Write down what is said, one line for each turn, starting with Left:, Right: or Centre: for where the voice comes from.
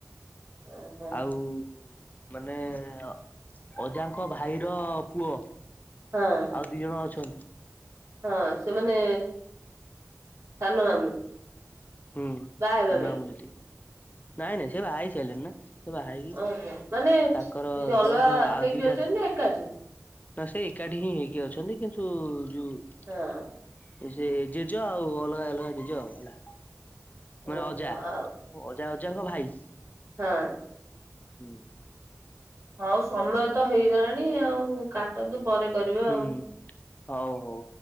Right: ଓହୋ।
Left: ଆଉ ମାନେ ଅ ଅଜାଙ୍କ ଭାଇର ପୁଅ
Right: ହଁ
Left: ଆଉ ଦି ଜଣ ଅଛନ୍ତି। ହ <inaudible>
Right: ହଁ ସେମାନେ ସାନ ମାମୁଁ।
Left: ହୁଁ ସାନ
Right: ବାହା ହେବା ପାଇଁ
Left: ମାମୁଁ ସେଠୀ। ନାଇଁ ନାଇଁ ସେ ବାହା ହେଇ ସାରିଲେଣି ନା। ବାହା ହେଇକି
Right: ଓହୋ ମାନେ ଇନ୍ତି
Left: ତାଙ୍କର
Right: ଅଲଗା
Left: ଜଣଙ୍କର ଆଉ
Right: ହେଇକି
Left: ଦିଟା
Right: ଅଛନ୍ତି ନା ଏକାଠି।
Left: ନା ସେଇ ଏକାଠି ହିଁ ହେଇ। କି ଅଛନ୍ତି କିନ୍ତୁ। ଯୋଉ
Right: ହଁ।
Left: ସେ ଜେଜ ଆଉ ଅଲଗା ଅଲଗା ଜେଜ ଆଉ ହେଲା। ମାନେ
Right: ଓହୋ
Left: ଅଜା ଅଜା
Right: ଆଉ
Left: ଅ ଜାଙ୍କ ଭାଇ।
Right: ହଁ।
Left: ହୁଁ।
Right: ହଉ ସମୟ ତ ହେଇଗଲାଣି ଆଉ କାଟନ୍ତୁ। ପରେ କରିବା
Left: ହୁଁ
Right: ଆଉ।
Left: ହଉ ହଉ।